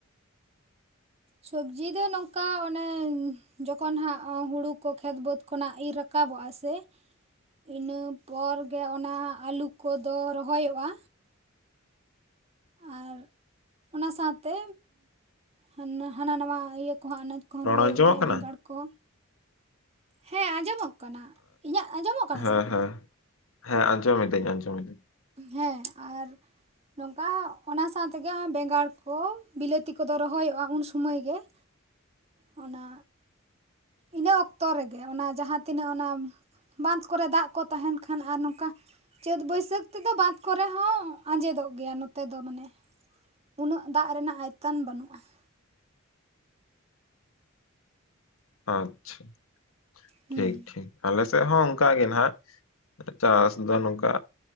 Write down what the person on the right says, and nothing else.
ᱥᱚᱵᱽᱡᱤ ᱫᱚ ᱱᱚᱝᱠᱟ ᱚᱱᱮ ᱡᱚᱠᱷᱚᱱ ᱦᱟᱸᱜ ᱦᱩᱲᱩ ᱠᱚ ᱠᱷᱮᱛ ᱵᱟᱹᱫᱽ ᱠᱷᱚᱱᱟᱜ ᱤᱨ ᱨᱟᱠᱟᱵᱼᱼ ᱠᱟᱵᱚᱜᱼᱟ ᱥᱮ ᱤᱱᱟᱹ ᱯᱚᱨ ᱜᱮ ᱚᱱᱟ ᱟᱹᱞᱩ ᱠᱚᱫᱚ ᱨᱚᱦᱚᱭᱚᱜᱼᱟᱼᱼ ᱟᱨ ᱚᱱᱟ ᱥᱟᱶᱛᱮ ᱦᱚᱸ ᱦᱟᱱᱟ ᱱᱟᱣᱟ ᱤᱭᱟᱹ ᱠᱚᱦᱟᱜᱼᱼ ᱠᱚ
ᱨᱚᱦᱚᱭᱚᱜ
ᱜᱮᱭᱟ
ᱵᱮᱸᱜᱟᱲ ᱠᱚ ᱦᱮᱸ ᱟᱸᱡᱚᱢᱚᱜᱼᱼ ᱠᱟᱱᱟ ᱤᱧᱟᱹᱜ ᱟᱸᱡᱚᱢᱚᱜ ᱠᱟᱱᱟ
ᱥᱮ ᱵᱟᱝ?
ᱦᱮᱸ ᱟᱨ ᱱᱚᱝᱠᱟ ᱚᱱᱟ ᱥᱟᱶᱛᱮᱜᱮ ᱵᱮᱸᱜᱟᱲ ᱠᱚ ᱵᱤᱞᱟᱹᱛᱤ ᱠᱚᱫᱚ ᱨᱚᱦᱚᱭᱚᱜᱼᱟ ᱩᱱ ᱥᱩᱢᱟᱹᱭ ᱜᱮ ᱾
ᱚᱱᱟ ᱤᱱᱟᱹ ᱚᱠᱛᱚ ᱨᱮᱜᱮ ᱚᱱᱟ ᱡᱟᱦᱟᱸ ᱛᱤᱱᱟᱹᱜ ᱚᱱᱟ ᱵᱟᱸᱫᱷ ᱠᱚᱨᱮ ᱫᱟᱜ ᱠᱚ ᱛᱟᱦᱮᱱ ᱠᱷᱟᱱ ᱟᱨ ᱱᱚᱝᱠᱟ ᱪᱟᱹᱛ ᱵᱟᱹᱭᱥᱟᱹᱠᱷ ᱛᱮᱫᱚ ᱵᱟᱸᱫᱷ ᱠᱚᱨᱮ ᱦᱚᱸ ᱟᱸᱡᱮᱫᱚᱜ ᱜᱮᱭᱟ ᱱᱚᱛᱮ ᱫᱚ ᱢᱟᱱᱮ ᱩᱱᱟᱹᱜ ᱫᱟᱜ ᱨᱮᱱᱟᱜ ᱟᱭᱛᱟᱱ ᱵᱟᱹᱱᱩᱜᱼᱟ ᱾
ᱦᱮᱸ